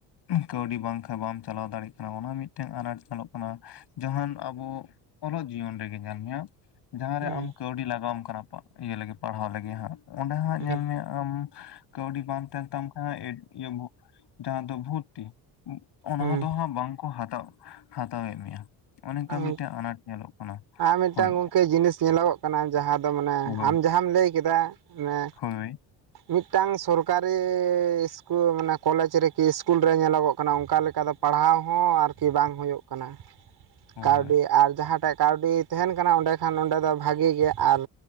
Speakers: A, on the left; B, on the right.
A: ᱠᱟᱹᱣᱰᱤ ᱵᱟᱝᱠᱟᱱ ᱵᱟᱢ ᱪᱟᱞᱟᱣ ᱫᱟᱲᱮᱭᱟᱜ ᱠᱟᱱᱟ ᱚᱱᱟ ᱢᱤᱫᱴᱮᱱ ᱟᱱᱟᱴ ᱧᱮᱞᱚᱜ ᱠᱟᱱᱟ ᱡᱟᱦᱟᱸᱱ ᱟᱵᱚ ᱚᱞᱚᱜ ᱡᱤᱭᱚᱱ ᱨᱮᱜᱮ ᱧᱮᱞ ᱢᱮᱭᱟ ᱡᱟᱦᱟᱸᱨᱮ
B: ᱦᱩᱸ
A: ᱟᱢ ᱠᱟᱹᱣᱰᱤ ᱞᱟᱜᱟᱣᱟᱢ ᱠᱟᱱᱟ ᱤᱭᱟᱹ ᱞᱟᱹᱜᱤᱫ ᱯᱟᱲᱦᱟᱣ ᱞᱟᱹᱜᱤᱫ ᱦᱟᱸᱜ ᱚᱸᱰᱮ ᱦᱟᱸᱜ
B: ᱦᱩᱸ
A: ᱧᱮᱞ ᱢᱮᱭᱟ ᱟᱢ ᱠᱟᱹᱣᱰᱤ ᱵᱟᱝ ᱛᱟᱦᱮᱱ ᱛᱟᱢ ᱠᱷᱟᱡᱽ <unintelligible> ᱡᱟᱦᱟᱸ ᱫᱚ ᱵᱷᱩᱨᱛᱤ ᱚᱱᱟ
B: ᱦᱩᱸ
A: ᱫᱚ ᱦᱟᱸᱜ ᱵᱟᱝᱠᱚ ᱦᱟᱛᱟᱣ ᱦᱟᱛᱟᱣᱮᱫ ᱢᱮᱭᱟ ᱚᱱᱮᱠᱚ
B: ᱦᱩᱸ
A: ᱢᱤᱫᱴᱟᱜ ᱟᱱᱟᱴ ᱧᱮᱞᱚᱜ ᱠᱟᱱᱟ
B: ᱟᱨ ᱢᱤᱫᱴᱟᱝ
A: ᱦᱳᱭ
B: ᱜᱚᱢᱠᱮ ᱡᱤᱱᱤᱥ ᱧᱮᱞᱚᱜᱚᱜ ᱠᱟᱱᱟ ᱡᱟᱦᱟᱸ ᱫᱚ ᱢᱟᱱᱮ
A: ᱦᱳᱭ
B: ᱟᱢ ᱡᱟᱦᱟᱸᱢ ᱞᱟᱹᱭ ᱠᱮᱫᱟ ᱢᱮ
A: ᱦᱳᱭ
B: ᱢᱤᱫᱴᱟᱝ ᱥᱚᱨᱠᱟᱨᱤᱻ ᱥᱠᱩᱞ ᱢᱟᱱᱮ ᱠᱚᱞᱮᱡ ᱨᱮᱠᱤ ᱥᱠᱩᱞ ᱨᱮ ᱧᱮᱞᱚᱜᱚᱜ ᱠᱟᱱᱟ ᱚᱱᱠᱟ ᱞᱮᱠᱟ ᱫᱚ ᱯᱟᱲᱦᱟᱣ ᱦᱚᱸ ᱟᱨᱠᱤ ᱵᱟᱝ ᱦᱩᱭᱩᱜ ᱠᱟᱱᱟ
A: ᱦᱳᱭ
B: ᱠᱟᱹᱣᱰᱤ ᱟᱨ ᱡᱟᱦᱟᱸᱴᱟᱜ ᱠᱟᱹᱣᱰᱤ ᱛᱟᱦᱮᱱ ᱠᱟᱱᱟ ᱚᱸᱰᱮ ᱠᱷᱟᱱ ᱚᱸᱰᱮ ᱫᱚ ᱵᱷᱟᱜᱤ ᱜᱮ ᱟᱨ